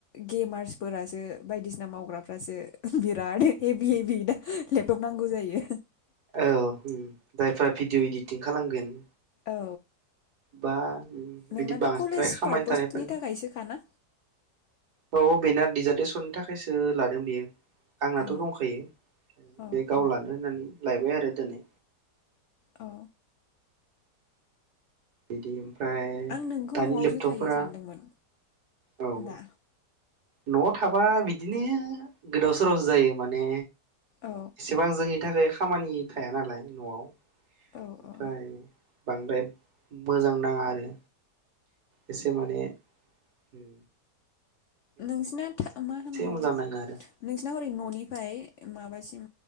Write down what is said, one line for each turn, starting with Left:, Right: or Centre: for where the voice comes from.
Left: गेमार्सफोरासो बायदिसिना मावग्राफ्रासो बिराद हेभि हेभि दा लेपटप नांगौ जायो
Right: औ जायफोरा भिडिअ इडिटिं खालामगोन
Left: औ
Right: बा बिदि
Left: नोंनाथ'
Right: <unintelligible>
Left: कलेज
Right: खामानि
Left: पारपसनि
Right: थानायफोरनि
Left: थाखायसोखाना
Right: औ बेना डिजार्टेसननि थाखायसो लादों बेयो आंनाथ'
Left: औ
Right: दंखायो
Left: अ
Right: बे गाव
Left: अ
Right: लानो होननानै लायबाय आरो दिनै
Left: औ
Right: बेदि ओमफ्राय
Left: आं नोंखौ
Right: दानि
Left: न'आवसो
Right: लेपटपफोरा
Left: थायो सानदोंमोन
Right: औ
Left: दा
Right: न'आव थाबा बिदिनो गोदाव सोरावसो जायो माने
Left: औ
Right: एसेबां जोंनि थाखाय खामानि थाया नालाय न'आव ओमफ्राय
Left: औ औ
Right: बांद्राय मोजां नाङा आरो एसे माने ओम
Left: नोंसिना <unintelligible> मा होनो
Right: मोजां नाङो आरो
Left: नोंसिना हरै न'निफ्राय माबासिम